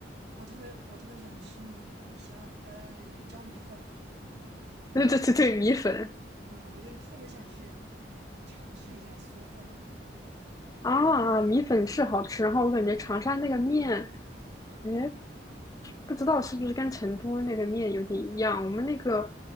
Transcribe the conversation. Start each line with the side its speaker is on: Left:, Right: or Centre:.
Right: 我特别我特别喜欢吃米米线儿，呃，你们叫米粉儿嘛，
Left: <laughs> 对对对对，米粉
Right: 嗯，我就特别想去尝试一下嗦粉儿。
Left: 啊，米粉是好吃。然后我感觉长沙那个面，哎，不知道是不是跟成都那个面有点一样。我们那个